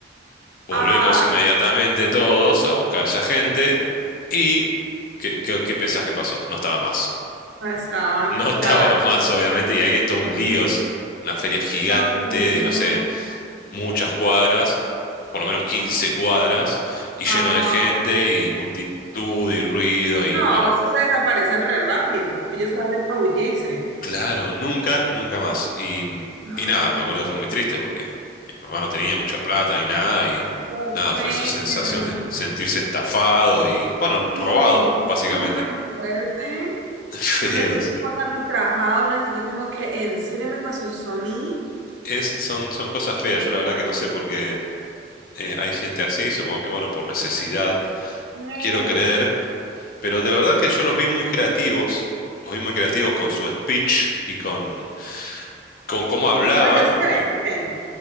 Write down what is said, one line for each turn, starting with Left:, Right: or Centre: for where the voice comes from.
Left: Volvemos
Right: Ah,
Left: inmediatamente todos a buscar esa gente y... ¿Qué, qué, qué pensás que pasó? No estaba más.
Right: no estaban,
Left: No
Right: claro.
Left: <laughs> estaba más, obviamente, y ahí está un lío, es una feria gigante
Right: Ay,
Left: de,
Right: no.
Left: no sé, muchas cuadras, por lo menos 15 cuadras, y lleno
Right: Ajá.
Left: de gente y multitud y ruido y
Right: No,
Left: bueno,
Right: esos se desaparecen re rápido. Ellos saben escabullirse.
Left: claro, nunca, nunca más. Y,
Right: No,
Left: y nada, me acuerdo que fue muy triste porque mi mamá no tenía mucha plata ni nada y
Right: qué
Left: nada,
Right: fea.
Left: fue esa sensación de sentirse estafado y, bueno,
Right: Y
Left: robado, básicamente.
Right: se siente tan fuerte.
Left: <laughs> Feo,
Right: Uno se siente
Left: sí.
Right: como tan ultrajado. Uno se siente como que, ¿en serio me pasó esto a mí?
Left: Es, son, son cosas feas, yo la verdad que no sé por qué. eh, hay gente así, supongo que, bueno, por necesidad,
Right: No.
Left: quiero creer, pero de verdad que yo los vi muy creativos, los vi muy creativos con su speech y con, con cómo hablaban,
Right: No, ellos
Left: como
Right: se
Left: que,
Right: venden.